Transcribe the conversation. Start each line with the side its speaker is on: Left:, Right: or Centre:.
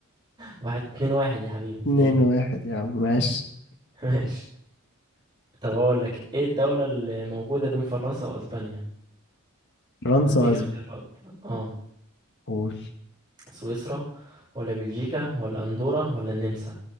Right: واحد اتنين واحد يا حبيبي
Left: اتنين
Right: ليه
Left: واحد يا عم ماشي
Right: <laughs> ماشي طب اقول لك ايه الدولة اللي موجودة بين فرنسا واسبانيا
Left: فرنسا
Right: هديك
Left: وأسبانيا
Right: اختيارات اه
Left: قول
Right: سويسرا ولا بلجيكا ولا اندورا ولا النمسا